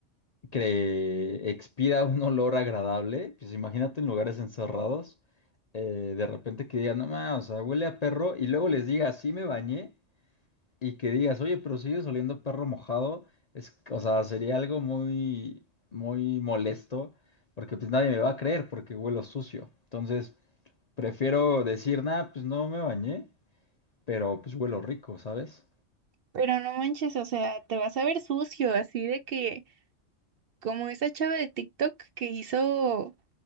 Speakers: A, on the left; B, on the right.
A: que expira un olor agradable, pues imagínate en lugares encerrados, eh, de repente que digan, no más, o sea, huele a perro, y luego les diga, sí me bañé, y que digas, oye, pero sigues oliendo a perro mojado, es, o sea, sería algo muy, muy molesto, porque pues nadie me va a creer porque huelo sucio. Entonces, prefiero decir, nada, pues no me bañé, pero pues huelo rico, ¿sabes?
B: Pero no manches, o sea, te vas a ver sucio, así de que como esa chava de TikTok que hizo